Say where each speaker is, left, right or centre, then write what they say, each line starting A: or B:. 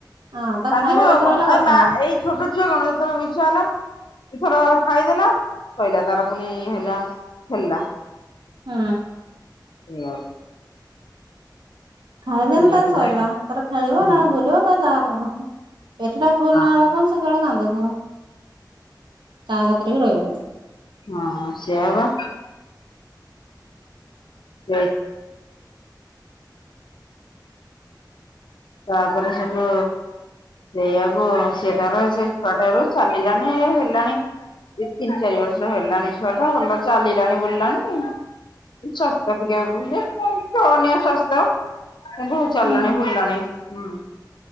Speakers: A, on the right; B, on the left.
A: ହଁ ତା
B: କାନ୍ଦିବ
A: ଖାଇବା କଥା
B: ଆଉ କ
A: ରହିଲା କଥା
B: ଏ ମା ଏଇ ଛୋଟ ଛୁଆ ଗଣ <unintelligible> ଇଛାହେଲା ଥର ଖାଇଦେଲା ସ‌ଇଲା ତାର ପୁଣି ଇ ହେଲା ଖେଲା
A: ହୁଁ।
B: ମିଅ
A: ଖାଇଦେନ଼
B: ସେଇଥିଲା
A: ତା ସଇଲା ତାର ଖେଳିବ
B: ହୁଁ
A: ନା ବୁଲିବ ତ ଯାହା କରୁ ଏଠିଟା ଫୁଲ୍
B: ହଁ
A: ନହେଲା ପନ ସେ କେବଳ କାନ୍ଦୁଥିବ କାହା ପାଖରେ ବି ରହିବନି।
B: ହଁ ସେଆ ବା <unintelligible> ତାପରେ ସେଠୁ ସେଇଆକୁ ସିଏ ତାର ସେ ଛୁଆ ଟାବେ ଚାଲିଲାଣିଇ ଇଏ ହେଲାଣି ତିନ୍ ତିନି ଚାରି ବର୍ଷ ହେଲାଣି ଛୁଆ ଟା ଭଲ ଚାଲିଲାଣି ବୁଲିଲାଣି ସ୍ୱାସ୍ଥ୍ୟ ଟିକେନୀୟ <unintelligible> ସ୍ୱାସ୍ଥ୍ୟ କିନ୍ତୁ ଚାଲାଣି
A: ହୁଁ।
B: ବୁଲାଣି, ହୁଁ। <inaudible>